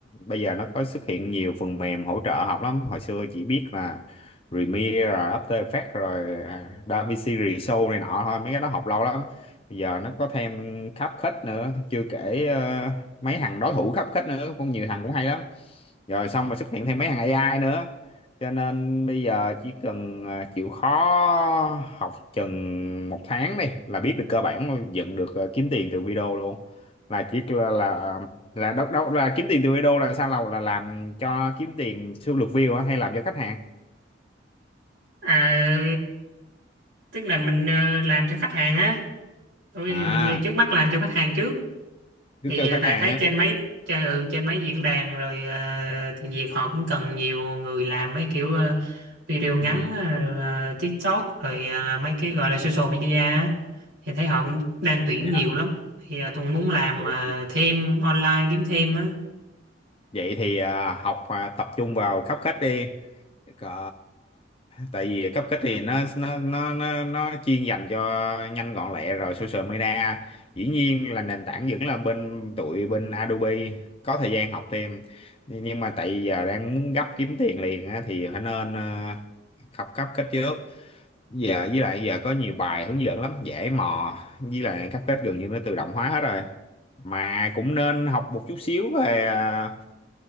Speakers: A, on the left; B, on the right.
A: bây giờ nó có xuất hiện nhiều phần mềm hỗ trợ học lắm hồi xưa chỉ biết là Premiere rồi After Effects rồi à, DaVinci Resolve này nọ thôi mấy cái đó học lâu lắm bây giờ nó có thêm khắp khách nữa chưa kể ờ, mấy thằng đối thủ khắp khách nữa cũng nhiều thằng cũng hay lắm rồi xong rồi xuất hiện thêm mấy thằng AI nữa cho nên bây giờ chỉ cần à, chịu khó học chừng một tháng đi là biết được cơ bản luôn, dựng được à, kiếm tiền từ video luôn là chỉ là là là đâu đâu là kiếm tiền từ video là sao là là làm cho kiếm tiền siêu lượt view á hay làm cho khách hàng
B: à, tức là mình ờ, làm cho khách hàng á tôi
A: à
B: ờ, trước mắt làm cho khách hàng trước
A: cứ
B: thì
A: kêu
B: ờ,
A: khách
B: tại
A: hàng
B: thấy
A: á
B: trên mấy trên, ừ, trên mấy diễn đàn rồi ờ, tiếng Việt họ cũng cần nhiều người làm mấy kiểu ờ, video ngắn
A: ừ.
B: ờ, ờ, TikTok rồi ờ, mấy cái gọi là social media á. thì thấy họ cũng đang tuyển
A: Dạ.
B: nhiều lắm thì ờ, tôi cũng muốn làm
A: vậy,
B: ờ, thêm online kiếm thêm á
A: vậy thì à, học à, tập trung vào khắp khách đi Có, tại vì cấp kích thì nó nó nó nó nó chuyên dành cho nhanh gọn lẹ rồi social media dĩ nhiên là nền tảng vẫn là bên tụi bên Adobe có thời gian học thêm nhưng mà tại giờ đang muốn gấp kiếm tiền liền á, thì phải nên ờ, học cấp kích trước giờ với lại giờ có nhiều bài hướng dẫn lắm dễ mò với lại cấp kích gần như nó tự động hóa hết rồi mà cũng nên học một chút xíu về ờ,